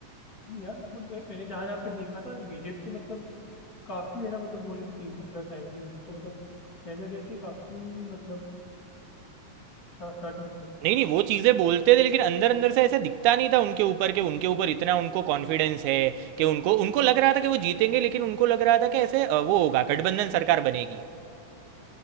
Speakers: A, on the left; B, on the right.
A: नहीं यार मतलब मैं- मैंने जहाँ जहाँ पे देखा था बीजेपी तो मतलब काफी है ना मतलब बोल रही थी तीन सौ प्लस आएंगे तो मतलब पहले डे से ही काफी मतलब सर्टेन थे
B: नहीं नहीं वो चीज़ें बोलते थे लेकिन अंदर अंदर से ऐसा दिखता नहीं था उनके ऊपर कि उनके ऊपर इतना उनको कॉन्फिडेंस है कि उनको उनको लग रहा था कि वो जीतेंगे लेकिन उनको लग रहा था कि ऐसे अ, वो होगा गठबंधन सरकार बनेगी